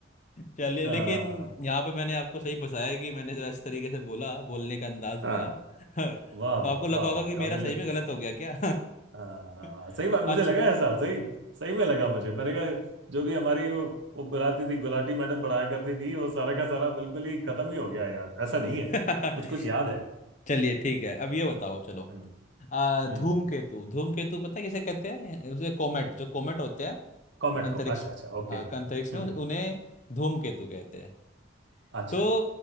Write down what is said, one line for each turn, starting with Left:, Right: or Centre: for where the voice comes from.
Left: चलिए
Right: हाँ
Left: लेकिन यहाँ पे मैंने आपको सही फंसाया कि मैंने जो इस तरीके से बोला बोलने का अंदाज
Right: हाँ,
Left: मेरा <laughs> तो
Right: वाह वाह
Left: आपको लगा
Right: वाह
Left: होगा
Right: वाह
Left: कि मेरा
Right: काबिले
Left: सही में गलत हो गया क्या
Right: हाँ
Left: <laughs>
Right: सही बात मुझे
Left: अच्छा
Right: लगा ऐसा सही सही में लगा मुझे मैंने कहा जो भी हमारी वो, वो बुलाती थी गुलाटी मैडम पढ़ाया करती थी वो सारा का सारा बिल्कुल ही खत्म ही हो गया यार ऐसा नहीं
Left: <laughs>
Right: है कुछ कुछ याद है
Left: चलिए ठीक है अब ये बताओ चलो
Right: हम्म
Left: आ, धूमकेतु
Right: हम्म
Left: धूमकेतु पता है किसे कहते हैं उसे कोमेट जो कोमेट होते हैं
Right: कॉमेट
Left: अंतरिक्ष
Right: को अच्छा अच्छा ओके
Left: हाँ
Right: हम्म
Left: अंतरिक्ष में उन्हें धूमकेतु कहते हैं
Right: अच्छा
Left: तो